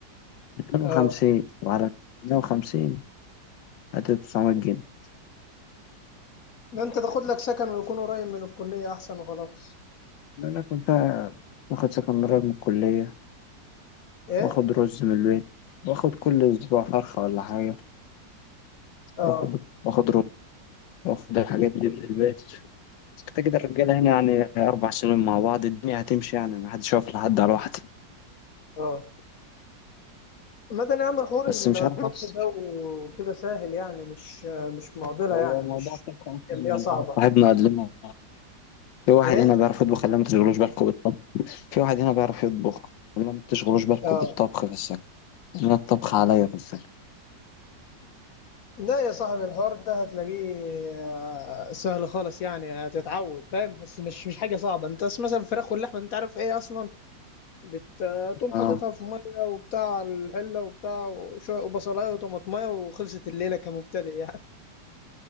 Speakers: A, on the left; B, on the left.
A: ميتين وخمسين
B: اه
A: وعلى ميتين وخمسين هتدي تسعمية جنيه
B: ده انت تاخد لك سكن ويكون قريب من الكليه احسن وخلاص
A: لأنك كنت واخد سكن قريب من الكلية
B: ايه
A: واخد رز من البيت واخد كل اسبوع فرخة ولا حاجة
B: اه
A: واخد واخد رز واخد الحاجات دي من البيت كده كده الرجالة هنا يعني أربع سنين مع بعض الدنيا هتمشي يعني محدش واقف لحد على واحد
B: اه مدى يا عم حوار
A: بس مش عارف
B: الطبخ ده وكده سهل يعني مش مش معضلة
A: هو
B: يعني
A: موضوع
B: مش
A: الطبخ أصلا
B: اللي
A: يعني
B: هي صعبة
A: واحد صاحبنا قال لنا في واحد
B: ايه
A: هنا بيعرف يطبخ اللي ما تشغلوش بالكم بالطبخ في واحد هنا بيعرف يطبخ اللي ما تشغلوش بالكم
B: اه
A: بالطبخ في السكن أنا الطبخ عليا في السكن
B: لا يا صاحبي الحوار ده هتلاقيه آه، سهل خالص يعني هتتعود فاهم بس مش مش حاجة صعبة انت بس مثلا الفراخ واللحمة انت عارف ايه اصلا بتقوم
A: آه
B: حاططها في مية وبتاع على الحلة وبتاع وشوية وبصلاية وطماطمية وخلصت الليلة كمبتدئ يعني